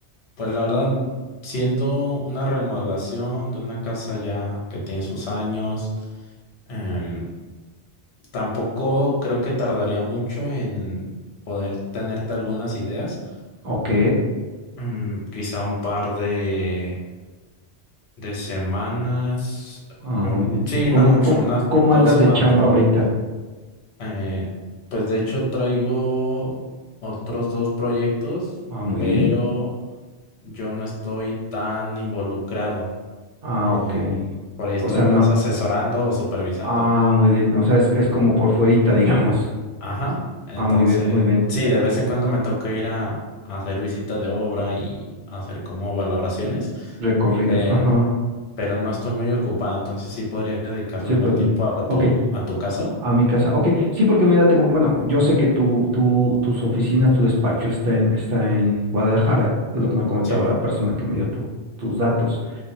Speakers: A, on the left; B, on the right.
A: pues la verdad, siendo una remodelación de una casa ya que tiene sus años, em, tampoco creo que tardaría mucho en poder tenerte algunas ideas.
B: ok.
A: Mm, quizá un par de, de semanas.
B: Ah,
A: Mm,
B: muy bien.
A: sí,
B: ¿Cómo,
A: no mucho,
B: co-
A: unas
B: cómo
A: dos
B: andas
A: semanas,
B: de chamba
A: ponle.
B: ahorita?
A: Eh, pues de hecho traigo otros dos proyectos,
B: Ah, muy
A: pero
B: bien.
A: yo no estoy tan involucrado.
B: Ah,
A: eh,
B: ok.
A: por ahí estoy
B: O sea,
A: más
B: no.
A: asesorando o supervisando.
B: Ah, muy bien. O sea, es, es como por fuerita, <laughs> digamos.
A: Ajá. Entonces,
B: Ah, muy bien, muy bien.
A: sí, de vez en cuando me toca ir a, a hacer visitas de obra y hacer como valoraciones,
B: Recorridos.
A: pero,
B: Ajá.
A: pero no estoy muy ocupada, entonces sí podría dedicarle
B: Sí,
A: un
B: pues.
A: buen tiempo a
B: Ok.
A: tu, a tu caso.
B: A mi casa. Ok, sí, porque mira, te com- bueno, yo sé que tu, tu, tus oficinas, tu despacho está en, está en Guadalajara, es lo que me comentaba
A: Sí. <laughs>
B: la persona que me dio tu- tus datos.